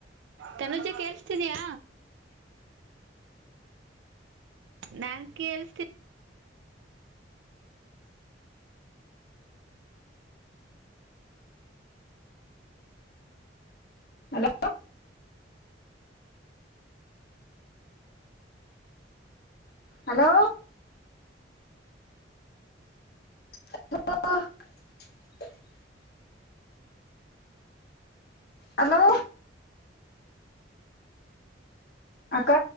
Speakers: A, on the right; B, on the left.
A: ತನುಜ ಕೇೇಳಸ್ತಿದಯ ನಾನ್ ಕೇಳಸ್ತೇ
B: ಹಲೋ ಹಲೋ ಹಲೋ ಹಲೋ ಅಕ್ಕ